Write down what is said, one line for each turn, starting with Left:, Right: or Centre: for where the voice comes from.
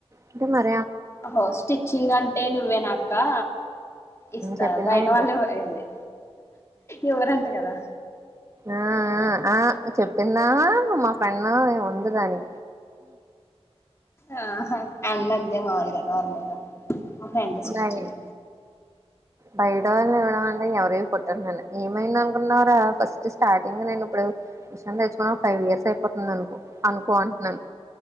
Right: అంటే మర్
Left: అ హో స్టిచ్చింగ్ అంటే నువ్వే నాకు కా ఇస్తా
Right: చెప్పిందా
Left: బయట
Right: ఏంటి
Left: వాళ్లే అండి ఇవ్వరంట కదా
Right: ఆ ఆ చెప్పిన్నా మా ఫ్రెండ్ ఉంది కాని
Left: ఆ అన్ని అంతే మా వా నార్మల్ అహ ఎంత స్త్రీచింగ్
Right: బయ బయట వాళ్ళు ఇవ్వడం అంటే ఎవరివి కుట్టను నేను ఏమైంది అనుకున్నవ్ రా ఫస్ట్ స్టార్టింగ్ నేను ఇప్పుడు మెషిన్ తెచ్చుకుని ఒక ఫైవ్ ఇయర్స్ అయిపోతుంది అనుకో అనుకో అంటున్నాను